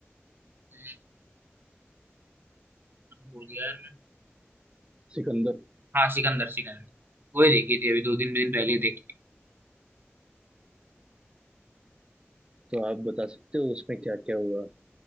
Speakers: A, on the right; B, on the right.
A: हम्म, भूल गया यार मैं
B: सिकंदर
A: हाँ सिकंदर सिकंदर वही देखी थी अभी दो तीन दिन पहले ही देखी
B: तो आप बता सकते हो उसमें क्या क्या हुआ